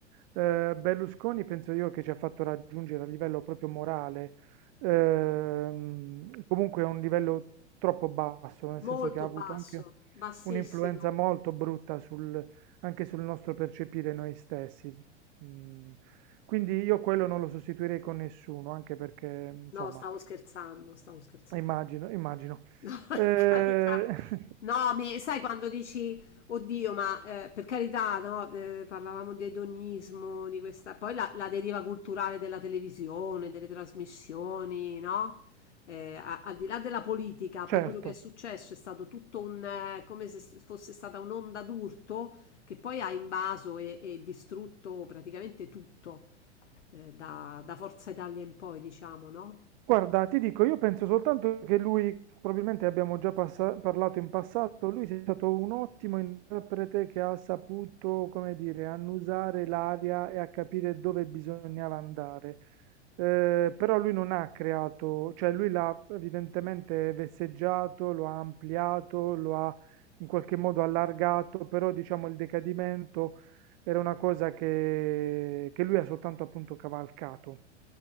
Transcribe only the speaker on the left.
<laughs>
Molto
basso,
bassissimo.
No, stavo scherzando, stavo scherzando.
No, <laughs> per
carità.
No, mi- sai quando dici, oddio, ma eh, per carità, no, eh, parlavamo di edonismo, di questa, poi la, la deriva culturale della televisione, delle trasmissioni, no? Eh, a- al di là della politica,
poi quello che è successo è stato tutto un, eh, come se s- fosse stata un'onda d'urto che poi ha invaso e, e distrutto praticamente tutto, eh, da, da Forza Italia in poi, diciamo, no?